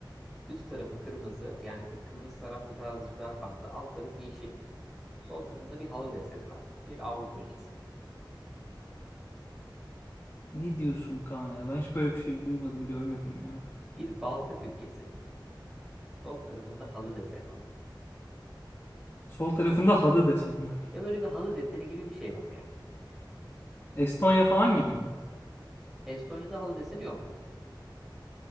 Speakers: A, in the centre; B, on the left.
A: e, Üst tarafı kırmızı, yani kı- kırmızı taraf birazcık daha fazla. Alt tarafı yeşil. Sol tarafında bir halı deseni var. Bir Avrupa ülkesi.
B: Ne diyorsun Kaan ya? Ben hiç böyle bir şey duymadım görmedim ya.
A: Bir Baltık ülkesi. Sol tarafında halı deseni olan.
B: Sol tarafında halı deseni var.
A: Ya böyle bir halı deseni gibi bir şey var yani.
B: Estonya falan gibi mi?
A: Estonya'da halı deseni yok.